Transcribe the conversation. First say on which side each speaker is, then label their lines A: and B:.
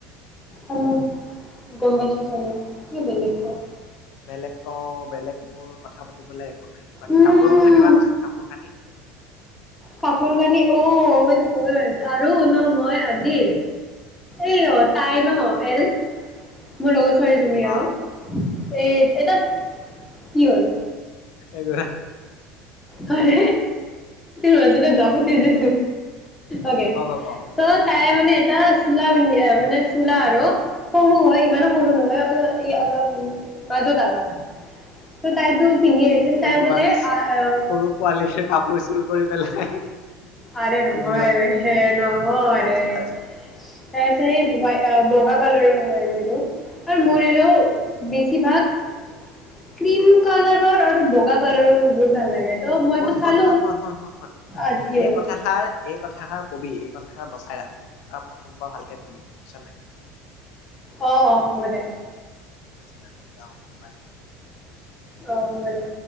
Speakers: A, on the left; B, on the left.
A: আৰু গম পাইছো চাগে কি বেলেগ ক
B: বেলেগ ক বেলেগ মোৰ কথা পাতিবলৈ এক নাই বাকী
A: উম
B: কাপোৰৰ কথা কিবা কচোন কাপোৰ কানি
A: কাপোৰ কানি অ সেইতটো ক'বই ভাৰিছো আৰু ন মই আজি এই অ তাই ন এদ মোৰ লগত ছোৱাজনী
B: অ
A: আৰু এই এটা কি হ'ল
B: এক
A: হয় মাজা যখতে যেছ অকে
B: ক ক ক
A: ত তাই মানে এটা চোলা পিন্ধ মানে চোলা আৰু সৰু হয় ইমানো সৰু নহয় অ অলপ মাজত আৰু ত তাইতো পিন্ধি আহিছিল
B: সৰু
A: তাই বোলে
B: বাট
A: আহ আহ
B: সৰু পোৱালিে কাপোৰ চোৰ কৰি পেলাই <unintelligible>
A: আৰে নহয়
B: পিন্ধি লয়
A: হে নহয়
B: তাৰপিছত
A: ৰে <unintelligible>
B: তাৰপিছত
A: তাৰপিছত সেই এ বগা কালাৰো হয় আৰু এইটো আৰু মোৰ এইটো বেছিভাগ ক্ৰীম
B: অ
A: কালাৰৰ আৰু বগা কালাৰো বহুত ভাল লাগে ত' মইতো
B: শুন শুন
A: চালো
B: শুন শুন শুন শুন শুন
A: আজিঅ'ত
B: এই কথাষাৰ এই কথাষাৰ কবি কথাষাৰ বচাই ৰাখ আৰু প্ৰথমবাৰ ভালকে কবি বুজিছা নাই।
A: অ অ হ'ব দে।
B: চনে ম‌ই যাওঁ বাই।
A: অহ সব দে।